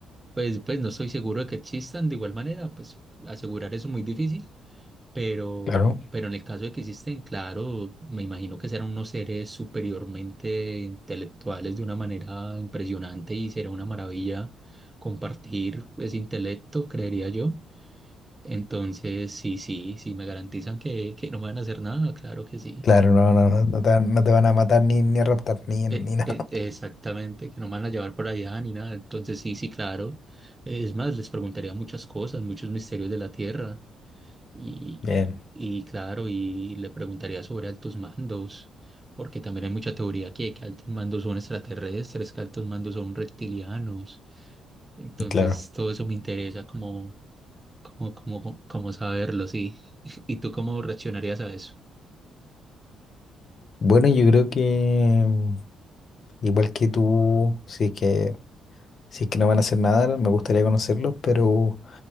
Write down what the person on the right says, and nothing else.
pues, pues no estoy seguro de que existan, de igual manera, pues asegurar eso es muy difícil, pero,
pero en el caso de que existen, claro, me imagino que serán unos seres superiormente intelectuales de una manera impresionante y será una maravilla compartir ese intelecto, creería yo. Entonces, sí, sí, sí, me garantizan que, que no me van a hacer nada, claro que sí.
Eh,
eh, exactamente, que no me van a llevar por allá ni nada. Entonces, sí, sí, claro. Eh, es más, les preguntaría muchas cosas, muchos misterios de la Tierra. Y,
y, y claro, y le preguntaría sobre altos mandos, porque también hay mucha teoría que, que altos mandos son extraterrestres, que altos mandos son reptilianos. Entonces,
todo eso me interesa como, como, como, como saberlo, sí. <laughs> ¿Y tú cómo reaccionarías a eso?